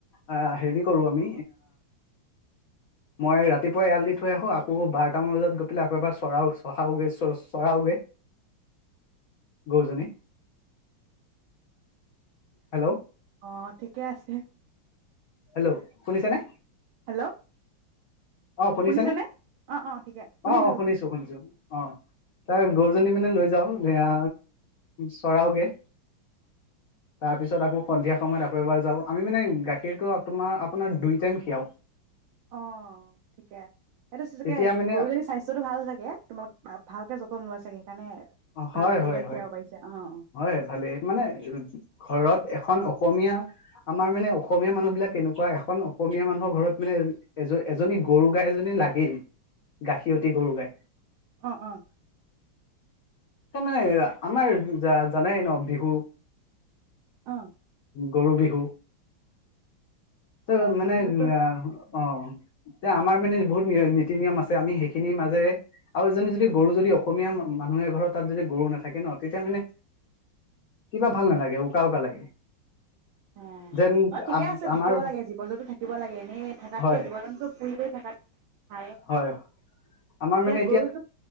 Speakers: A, on the left; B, on the right.
A: আ' হেৰি কৰু আমি, মই ৰাতিপুৱাই এৰাল দি থৈ আহু, আকৌ বাৰটা মান বজাত গৈ আকৌ এবাৰ চৰাও চহাওগে, চৰাওগে। গৰুজনী হেল্ল'
B: অ', ঠিকে আছে।
A: হেল্ল', শুনিছানে?
B: হেল্ল'।
A: অ', শুনিছানে?
B: শুনিছেনে অ অ ঠিকে শুনিছো
A: অ', অ', শুনিছোঁ
B: শুনিছো
A: শুনিছোঁ অ'। তাৰ গৰুজনী মানে লৈ যাওঁ। হেয়া চৰাওঁগে। তাৰপিছত আকৌ সন্ধিয়া সময়ত আকৌ এবাৰ যাওঁ। আমি মানে গাখীৰটো তোমাৰ আপোনাৰ, আপোনাৰ দুই টাইম ক্ষীৰাও।
B: অ'। ঠিকে সেইটো চা চাগে
A: তেতিয়া মানে
B: গৰুজনীৰ স্বাস্থ্যটো ভাল চাগে, ভা ভালকে জপি <unintelligible> চাগে ভাল
A: হয়
B: দুইতাইম
A: হয় হয়
B: খীৰাব পাৰিছে অ'
A: হয়, ভালেই, মানে ঘৰত। এখন অসমীয়া, আমাৰ মানে অসমীয়া মানুহ বিলাক কেনেকুৱা এখন, অসমীয়া মানুহৰ ঘৰত মানে এজ এজনী গৰুগাই এজনী লাগেই, গাখীৰতী গৰু গাই।
B: অ', অ'
A: একদম মানে, আমাৰ জা জানাই ন' বিহু
B: অ'।
A: গৰু বিহু ত'
B: অ
A: মানে,
B: গৰু বিহুতো
A: অ' এ আমাৰ মানে বহুত নি নিতি-নিয়ম আছে, আমি সেইখিনি মাজেৰে আৰু এজনী যদি গৰু যদি অসমীয়া মা মানুহ এঘৰত তাত যদি গৰু নাথাকে ন', তেতিয়া মানে কিবা ভাল নালাগে। উকা উকা লাগে।
B: অ',
A: যেন
B: অ', ঠিকে আছে,
A: আমাৰ
B: থাকিও লাগে, জীৱ-জন্তু থাকিব লাগে এনেই থাকাতকে
A: হয়
B: জীৱ-জন্তু <unintelligible> <unintelligible> ভাল,
A: হয় আমাৰ
B: এতিয়া
A: মানে
B: গৰুটো,